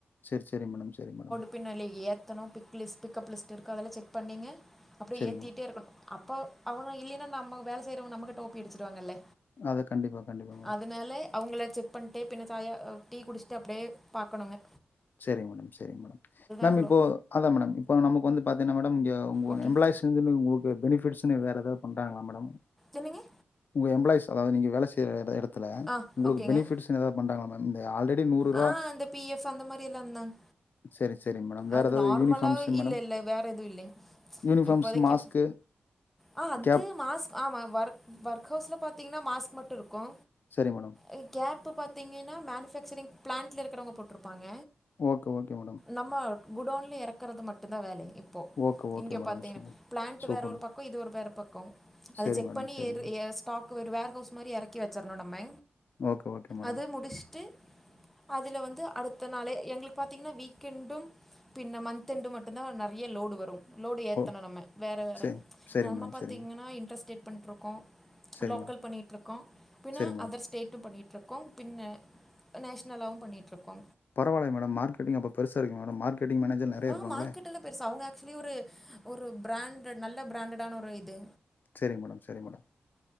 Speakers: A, on the left; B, in the centre.
A: சேரி சேரி மேடம் சேரிங்க மேடம்
B: பின்னால ஏத்தணு பிக் லிஸ் பிக்கப் லிஸ்ட் இருக்கு அதெல்லா செக் பண்ணீங்க அப்டியே
A: சரிங்க
B: ஏத்திட்டே
A: மேடம்
B: இருக்கணு அப்போ அவனு இல்லைன்னா நம்ம வேலை செய்றவங்க நம்மக்கிட்ட ஓ பி அடிச்சுடுவாங்கல்ல
A: அதை கண்டிப்பாக கண்டிப்பாக மேடம்
B: அதனால அவுங்கள செக் பண்ட்டே பின்ன தாயா டீ குடிச்சுட்டு அப்டே பாக்கணுங்க
A: சேரிங்க மேடம் சேரிங்க மேடம் மேம்
B: அவ்வளோ
A: இப்போ அதா மேடம் இப்போ நமக்கு வந்து பாத்தீங்கனா மேடம் இங்க உங்க
B: ஓகேங்க
A: எம்ப்ளாய்ஸ் இதுனு ஒகே பெனிஃபிட்ஸ்னு வேற எதாவது பண்றாங்களா மேடம்
B: என்னங்க
A: உங்க எம்ப்ளாய்ஸ் அதாவது நீங்க வேல செய்ற எட எடத்துல
B: ஆ
A: உங்களுக்கு
B: ஓகேங்க
A: பெனிஃபிட்ஸ்னு எதா பண்றாங்களா மேம் இந்த ஆல்ரெடி நூறு ரூவா
B: ஆ இந்த பிஎஃப் அந்த மாரிலாந்தாங்
A: சரி சரிங்க மேடம் வேற
B: அது
A: ஏதாவது
B: நர்மலா
A: யூனிஃபார்ம்ஸ் மேடம்
B: இல்ல இல்ல வேற எதுவு இல்லைங்க
A: யூனிஃபார்ம்ஸ்
B: இப்போதக்கு
A: மாஸ்க்கு
B: ஆ அது
A: கேப்
B: மாஸ் ஆமா ஒர்க் ஒர்க் ஹவுஸ்ல பாத்தீங்கன்னா மாஸ்க் மட்டு இருக்கு
A: சேரி மேடம்
B: அ கேப்பு பாத்திங்கன்னா மேனுஃபேக்சரிங் பிளான்ட்ல இருக்கறவுங்க போட்ருப்பாங்க
A: ஓகே ஓகே மேடம்
B: நம்ம குடோன்ல எறக்கறது மட்டுதா வேல இப்போ
A: ஓகே ஓகே
B: இங்கே
A: மேடம்
B: பாத்தீங்கன்னா
A: சூப்பர்
B: பிளான்ட்டு
A: சூப்பர்
B: வேற ஒரு
A: மேடம்.
B: பக் கோ இது ஒரு வேற பக்கோ அத
A: சரி
B: செக்
A: மேடம்
B: பண்ணி
A: சரி
B: ஏதோ
A: மேடம்
B: ஏ ஸ்டாக் கு ஒரு வேர்ஹவுஸ் மாரி எறக்கி வச்சிறணு நம்ம
A: ஓகே ஓகே மேடம்
B: அது முடிச்சுட்டு அதுல வந்து அடுத்த நாளே எங்களுக்கு பாத்தீங்கன்னா வீக்கெண்டும் பின்ன மந்த்யெண்டு மட்டுதா நறைய லோடு வரு லோடு ஏத்தணு
A: ஓ
B: நம்ம வேற வேற
A: சரி சரி
B: நம்ம
A: மேடம்
B: பாத்திங்கன்னா
A: சரி மேடம்
B: இன்ட்ரெஸ்டேட் பண்ட்டுருக்கோ
A: சரி
B: லோக்கல்
A: மேடம்
B: பண்ணிகிட்டு இருக்கோ பின
A: சரி மேடம்
B: அதர்ஸ் ஸ்டேட்டும் பண்ணிட்ருக்கோ பின்ன நேஷ்னலாவும் பண்ணிடுருக்கோ
A: பரவாயில்லங் மேடம் மார்கெட்டிங் அப்ப பெருச இருக்கு மேடம் மார்கெட்டிங் மேனேஜர் நெறைய
B: ஆ
A: இருப்பாங்களே
B: மார்க்ட்‌ எல்ல பெருசா அவுங்க ஆக்சுவலி ஒரு பிராண்டடு நல்ல பிராண்டடான ஒரு இது
A: சேரிங்க மேடம் சேரி மேடம்